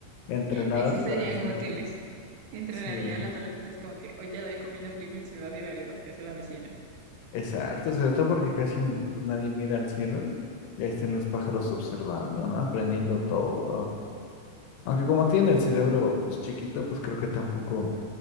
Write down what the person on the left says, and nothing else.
entrenadas
para estar.
Sí,
exacto, sobre todo porque casi pues, nadie mira al cielo. Ya están los pájaros observando, ¿no? Aprendiendo todo. Aunque como tiene el cerebro pues chiquito, pues creo que tampoco